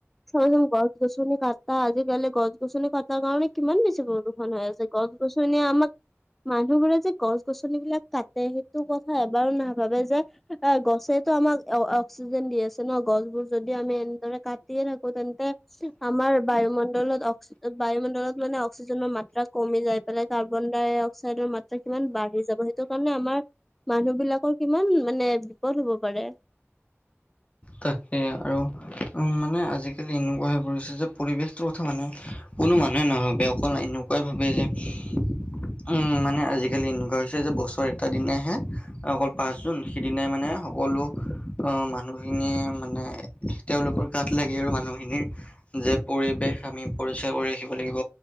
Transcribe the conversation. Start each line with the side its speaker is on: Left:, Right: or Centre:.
Centre: চোৱা চোন গছ গছনি কাট তা আজিকালি গছ-গছনি কটাৰ কাৰণে কিমান বেছি প্ৰদূষণ হৈ আছে গছ-গছনিয়ে আমাক মানুহবোৰে যে গছ-গছনিবিলাক কাটে সেইটো কথা এবাৰো নাভাবে যে এ গছেতো আমাক অ অক্সিজেন দি আছে ন গছবোৰ যদি আমি এনেদৰে কাটিয়ে থাকো তে ন্তে আমাৰ বায়ুমণ্ডলত অক্স বায়ুমণ্ডলত মানে অক্সিজেনৰ মাত্ৰা কমি যাই পেলাই কাৰ্বন ডাই অক্সাইডৰ মা ত্ৰা কিমান বাঢ়ি যাব সেইটো কাৰণে আমাৰ মানুহ বিলাকৰ কিমান মানে বিপদ হব পাৰে।
Left: তাকে আৰু উম, মানে আজিকালি এনেকুৱা হৈ পৰিছে যে, পৰিৱেশটোৰ কথা মানে কোনো মানুহে নভাবে অকল এনেকা কাই <unintelligible> ভাবে যে উম, মানে আজিকালি এনেকুৱা হৈছে যে- বছৰ এটা দিনাইহে অকল পাছ জুন, সিদিনাই মানে সকলো অ, মানুহখিনিয়ে মানে তেওঁলোকৰ গাত লাগি আৰু মানুহখিনিৰ যে পৰিৱেশ আমি পৰিষ্কাৰ কৰি ৰাখিব লাগিব,